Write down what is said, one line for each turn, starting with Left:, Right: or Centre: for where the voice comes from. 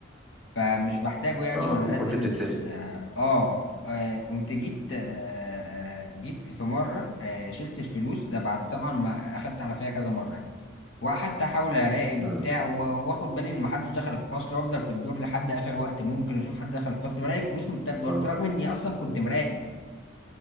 Left: فمش بحتاجه يعني
Centre: اه
Left: وأنا
Centre: وكنت
Left: نازل
Centre: بتتسرق
Left: ال- آه آه، قمت جيت آه، آه، جيت في مرة آه، شلت الفلوس ده بعد طبعا ما أخدت على فيها كذا مرة وحتى احاول اراقب
Centre: مم.
Left: وبتاع و- واخد بالي ان محدش دخل الفصل وافضل في الدور لحد اخر وقت ممكن اشوف حد دخل الفصل والاقي فلوس متاخده برضه
Centre: اه
Left: رغم اني اصلا كنت مراقب